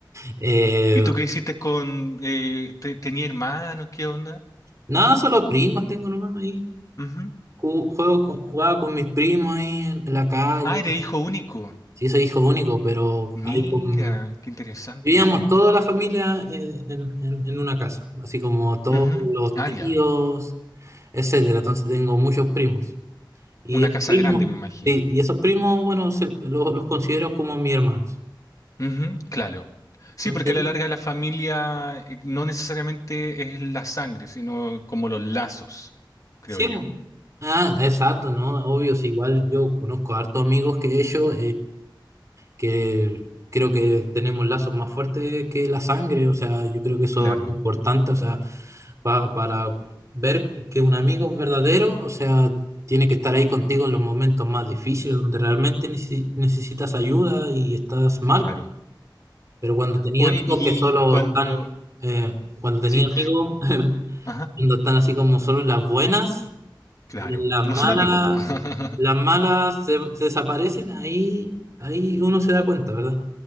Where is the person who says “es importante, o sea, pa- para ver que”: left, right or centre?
Right